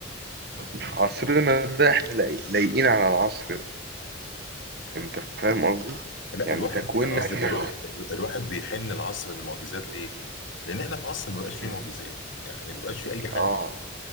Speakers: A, on the right; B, on the left.
A: في عصرنا ده إحنا لاي- لايقين على العصر ده أنت فاهم قصدي؟
B: لا
A: يعني
B: الواحد
A: تكويننا
B: انا قصدي
A: إحنا
B: الواحد الواحد بيحن العصر للمعجزات ليه؟ لان احنا في عصر ما بقاش فيه
A: م.
B: معجزات يعني ما بقاش فيه اي حاجه
A: آه